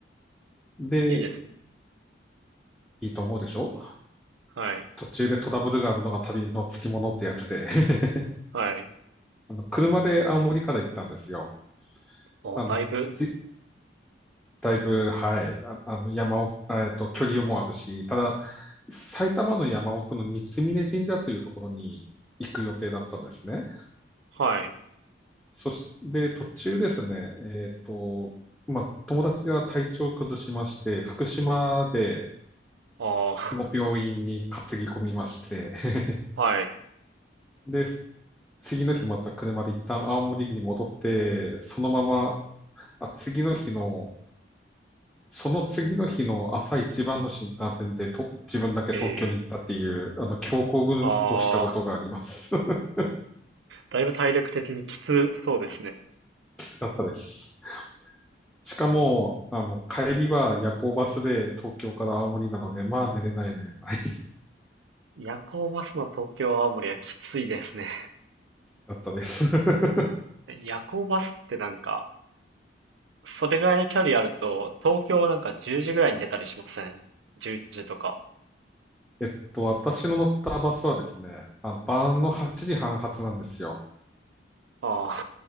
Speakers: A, in the centre; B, on the right.
A: で、
B: いいですね。
A: いいと思うでしょ
B: はい。
A: 途中でトラブルがあるのが旅のつきものってやつで、<laughs>
B: はい。
A: あの、車で青森から行ったんですよ。
B: ああ、
A: あの、
B: だいぶ、
A: じ、だいぶ、はい、あ、あの、山奥、あえっと、距離もあるし、ただ、埼玉の山奥の三峯神社というところに行く予定だったんですね。
B: はい。
A: そして、途中ですね、えっと、まあ、友達が体調を崩しまして、福島で
B: ああ、
A: の病院に担ぎ込みまして、<laughs>
B: <laughs> はい。
A: で、次の日また車で一旦青森に戻って、そのまま、あ、次の日の、その次の日の朝一番の新幹線でと、自分だけ東京に行ったっていう、
B: ええ、
A: あの、強行軍をしたことがあります。
B: ああ、
A: <laughs>
B: だいぶ体力的にきつそうですね。
A: きつかったです。しかも、あの、帰りは夜行バスで東京から青森なので、まあ寝れない寝れない。
B: 夜行バスの東京青森はきついですね。
A: かったです。<laughs>
B: 夜行バスってなんか、それぐらいの距離あると、東京なんか10時ぐらいに出たりしません ?11 時とか。
A: えっと、私の乗ったバスはですね、あ、晩の8時半発なんですよ。
B: ああ、